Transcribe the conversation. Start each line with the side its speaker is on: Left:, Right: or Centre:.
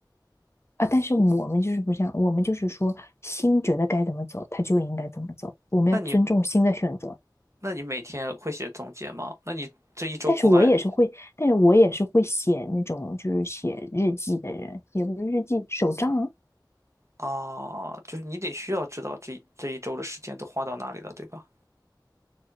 Left: 啊，但是我们就是不这样，我们就是说心觉得该怎么走，他就应该怎么走，我们要尊重心的选择。
Right: 那你那你每天会写总结吗？那你这一周过完
Left: 但是我也是会，但是我也是会写那种就是写日记的人，也不是日记，手账啊
Right: 啊，就是你得需要知道这这一周的时间都花到哪里了，对吧？